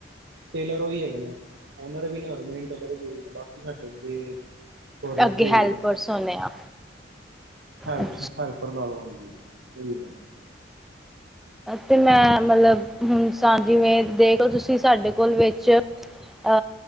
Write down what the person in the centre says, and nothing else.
ਅੱਗੇ ਹੈਲਪਰਸ
ਹੋਣੇ ਆ
ਅੱਛਾ
ਤੇ ਮੈਂ ਮਤਲਬ ਹੁਣ ਜਿਵੇਂ ਦੇਖ ਲੋ ਤੁਸੀਂ ਸਾਡੇ ਕੋਲ ਵਿੱਚ ਆ